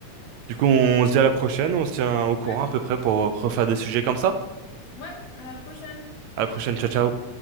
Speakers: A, on the right; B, on the left.
A: Du coup, on se dit à la prochaine, on se tient au courant
B: Ouais.
A: à peu près pour refaire des sujets comme ça.
B: Ouais, à la prochaine.
A: À la prochaine, ciao ciao.